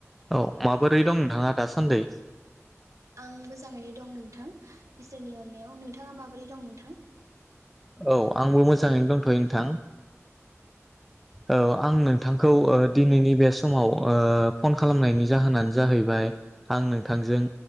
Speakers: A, in the centre; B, on the right.
A: औ माबोरै दं नोंथाङा दासान्दै।
B: आं मोजाङैनो दं नोंथां इसोरनि अननायाव नोंथाङा माबोरै दं नोंथां।
A: औ आंबो मोजाङैनो दंथ'यो नोंथां। औ आं नोंथांखौ ओ दिनैनि बे स समाव ओ फन खालामनायनि जाहोनानो जाहैबाय आं नोंथांजों